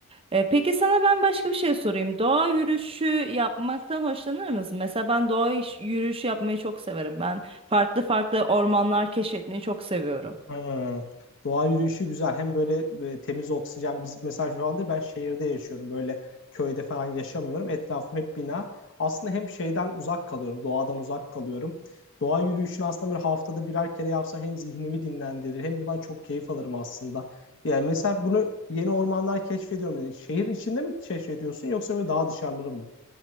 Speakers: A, on the right; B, on the left.
A: E, peki sana ben başka bir şey sorayım. Doğa yürüyüşü yapmaktan hoşlanır mısın? Mesela ben doğa iş- yürüyüşü yapmayı çok severim. Ben farklı farklı ormanlar keşfetmeyi çok seviyorum.
B: Hmm. Doğa yürüyüşü güzel. Hem böyle, böyle temiz oksijen. Biz mesela şu anda ben şehirde yaşıyorum. Böyle köyde falan yaşamıyorum. Etrafım hep bina. Aslında hem şeyden uzak kalıyorum. Doğadan uzak kalıyorum. Doğa yürüyüşünü aslında bir haftada birer kere yapsam hem zihnimi dinlendirir hem bundan çok keyif alırım aslında. Yani mesela bunu yeni ormanlar keşfediyorum dedin. Şehir içinde mi keşfediyorsun yoksa böyle daha dışarıları mı?